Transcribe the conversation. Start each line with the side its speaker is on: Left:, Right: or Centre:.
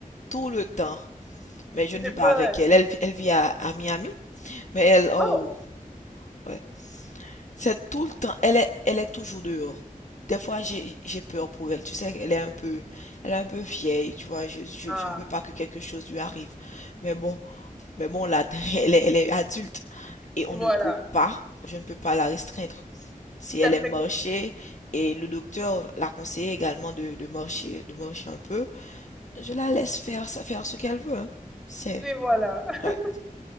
Left: Tout le temps. Mais je
Centre: j'ai
Left: ne vis
Centre: pas.
Left: pas avec
Centre: euh,
Left: elle. Elle, elle vit à, à Miami. Mais elle, oh,
Centre: Oh!
Left: ouais. C'est tout le temps. Elle est, elle est toujours dehors. Des fois, j'ai, j'ai peur pour elle. Tu sais, elle est un peu, elle est un peu vieille. Tu vois, je, je,
Centre: Ah,
Left: je ne veux pas que quelque chose lui arrive. Mais bon, Mais bon, là, <laughs> elle est, elle est adulte et
Centre: et
Left: on
Centre: voilà.
Left: ne peut pas, je ne peux pas la restreindre. Si
Centre: Ça
Left: elle
Centre: fait,
Left: aime marcher et le docteur l'a conseillé également de, de marcher, de marcher un peu, je la laisse faire, ça faire ce qu'elle veut, hein. C'est,
Centre: et voilà. <laughs>
Left: ouais.